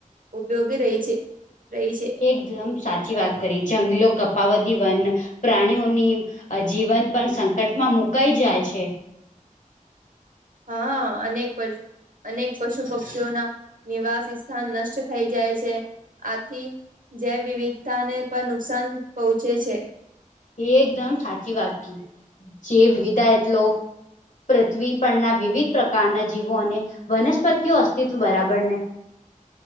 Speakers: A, on the right; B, on the left.
A: ઉપયોગી રહી છે રહી છે.
B: એકદમ સાચી વાત કરી જંગલો કપાવદી વન પ્રાણીઓની જીવન પણ સંકટમાં મુકાઈ જાય છે.
A: હા અનેક વર્ષ અનેક પશુ પક્ષીઓના નિવાસ સ્થાન નષ્ટ થઈ જાય છે. આથી જેૈવવિવિધતાને પણ નુકસાન પહોંચે છે.
B: એ એકદમ સાચી વાત ક જે વિદા એટલો પૃથ્વી પરના વિવિધ પ્રકારના જીવો અને વનસ્પતિઓ અસ્તિત્વ બરાબરને